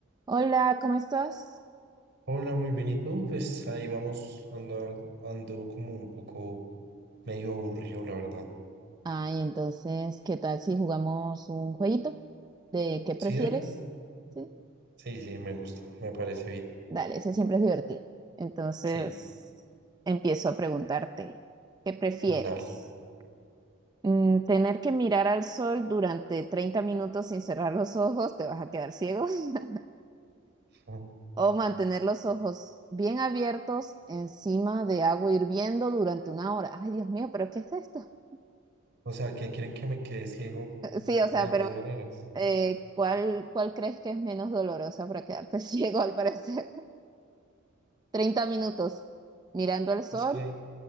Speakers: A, on the right; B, on the right.
A: Hola, ¿cómo estás?
B: Hola, muy bien. ¿Y tú? Pues ahí vamos, ando, al- ando como un poco medio aburrido, la verdad.
A: Ay, entonces, ¿qué tal si jugamos un jueguito de qué prefieres?
B: Sí, dale.
A: Sí,
B: Sí, sí, me gusta, me parece bien.
A: dale, ese siempre es divertido. Entonces,
B: Sí,
A: empiezo a preguntarte, ¿qué prefieres?
B: dale.
A: Mm, ¿Tener que mirar al sol durante 30 minutos sin cerrar los ojos, te vas a quedar ciego? <laughs>
B: Ujú.
A: ¿O mantener los ojos bien abiertos encima de agua hirviendo durante una hora? Ay, Dios mío, ¿pero qué es esto? <laughs>
B: O sea, que quieren que me quede ciego
A: Sí, o sea,
B: de ambas
A: pero
B: maneras.
A: Eh, ¿cuál, cuál crees que es menos dolorosa para quedarte <laughs> ciego al parecer? 30 minutos mirando el sol
B: Es que,